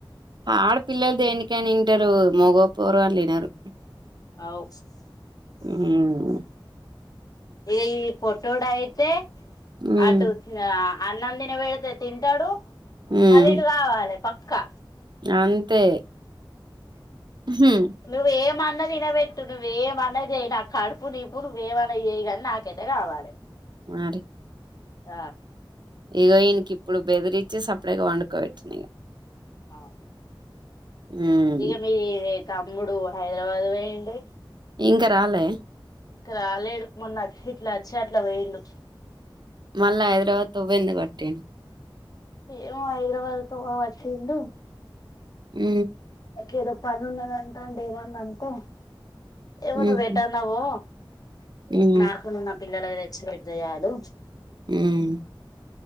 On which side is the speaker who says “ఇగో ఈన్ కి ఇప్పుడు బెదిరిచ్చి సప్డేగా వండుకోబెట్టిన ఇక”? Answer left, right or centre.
Right